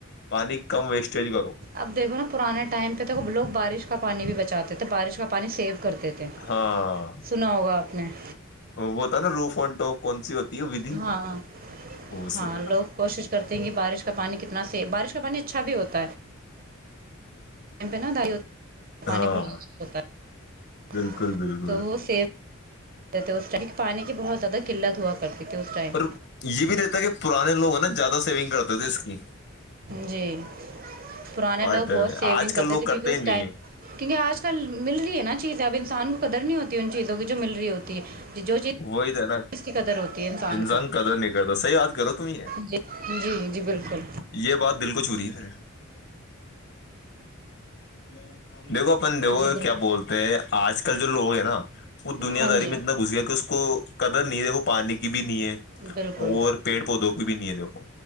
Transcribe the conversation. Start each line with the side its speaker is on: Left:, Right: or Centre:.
Left: پانی کم ویسٹیج کرو
Right: اب دیکھو نا پرانے ٹائم پہ تو کب لوگ بارش کا پانی بھی بچاتے تھ تو بارش کا پانی سیف کرتے تھے
Left: ہاں
Right: سنا ہوگا آپ <inaudible> <inaudible>
Left: وہ تھا نا روف انٹوپ کون سی ہوتی ہے ودھی
Right: ہاں
Left: وہ
Right: ہاں
Left: سب
Right: لوگ کوشش کرتے ہیں کہ بارش کا پانی کتنا سے بارش کا پانی اچھا بھی ہوتا ہے کیمپین دا
Left: ہے۔
Right: پانی
Left: ہاں
Right: بہت اچھا ہوتا ہے
Left: بالکل بالکل
Right: تو وہ سیب <unintelligible> پانی کی بہت زیادہ قلت ہوا کرتی تھی اس ٹائم
Left: اور یہ بھی رہتا ہے کہ پرانے لوگ ہیں نا زیادہ سیونگ کرتے پردیش کی
Right: جی پرانے
Left: ہر
Right: لوگ
Left: ٹائم
Right: بہت
Left: میں
Right: سیونگ
Left: آج کل
Right: کرتے
Left: لوگ
Right: تھے کیونکہ اس
Left: ہی
Right: ٹائم
Left: نہیں ہے
Right: کیونکہ آج کل مل رہی ہے نا چیزیں اب انسان کو قدر نہیں ہوتی ان چیزوں کی جو مل رہی ہوتی ہے جو چیز
Left: وہی تھا نا
Right: اس کی قدر ہوتی ہے
Left: انسان
Right: کو
Left: قدر نہیں کرتا صحیح یاات کرو ہی ہے
Right: جی جی بالکل
Left: یہ بات دل کو چوروری ہے مے نہیںاں دیکھو اپن دیکھو
Right: جی بالکل
Left: کیا بولتے ہیں آج کل جو لوگ ہیں نا وہ دنیا
Right: ہاں
Left: داری
Right: جی
Left: میں اتنا گھس گیا کہ اس کو قدر نہیں رےھو پانی کی بھی نہیں ہے
Right: بالکل
Left: اور پیڑ پودوں کی بھی نہیں ہے دیکھو